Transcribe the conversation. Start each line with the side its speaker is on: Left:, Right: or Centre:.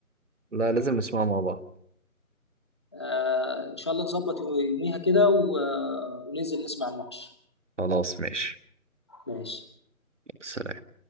Right: لا لازم نسمعه مع بعض
Left: آه ان شاء الله نظبط يوميها كده و- وننزل نسمع الماتش
Right: خلاص ماشي
Left: ماشي
Right: سلام